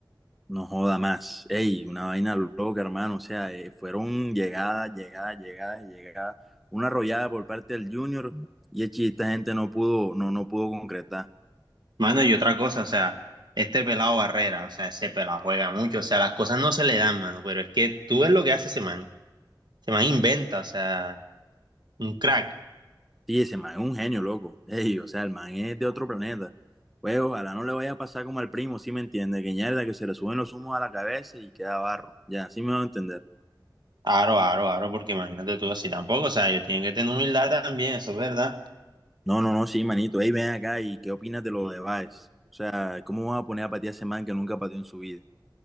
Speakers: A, in the centre; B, on the right.
A: No joda más. Ey, una vaina loca, hermano. O sea, eh, fueron llegadas, llegadas, llegadas, y llegadas. Una arrollada por parte del Junior y echi, esta gente no pudo, no, no pudo concretar.
B: Mano, y otra cosa, o sea, este pelado Barrera, o sea, ese pelado juega mucho, o sea, las cosas no se le dan, mano, pero es que tú ves lo que hace ese man. Ese man inventa, o sea, un crack.
A: Sí, ese man es un genio, loco. Ey, o sea, el man es de otro planeta. Pues ojalá no le vaya a pasar como al primo, ¿sí me entiende? Que ñerda, que se le suben los humos a la cabeza y queda barro. Ya, sí me va a entender.
B: Aro, aro, aro, porque imagínate tú así tampoco, o sea, ellos tienen que tener humildad también, eso es verdad.
A: No, no, no, sí, manito. Ey, ven acá y ¿qué opinas de lo de Baez? O sea, ¿cómo van a poner a patear a ese man que nunca pateó en su vida?